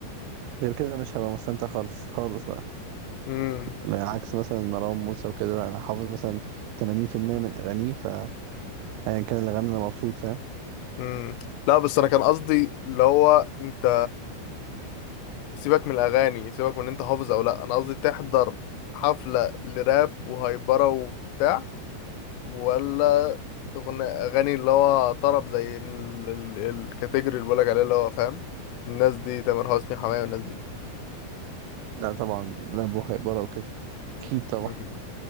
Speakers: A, on the right; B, on the left.
A: غير كده مش هبقى مستمتع خالص خالص بقى
B: امم
A: عكس مثلا مروان موسى وكده لا انا حافظ مثلا 80% من اغانيه فايا كان اللي غنى انا مبسوط فاهم
B: امم لا بس انا كان قصدي اللي هو انت سيبك من الاغاني سيبك من إن انت حافظ او لا انا قصدي تحضر حفله لراب وهايبره وبتاع ولا تغني اغاني اللي هو طرب زي ال- ال- الكاتيجوري اللي بقولك عليه اللي هو فاهم الناس دي تامر حسني حماية والناس دي
A: لا طبعا لا بهاء بره وكده اكيد طبعا
B: مم.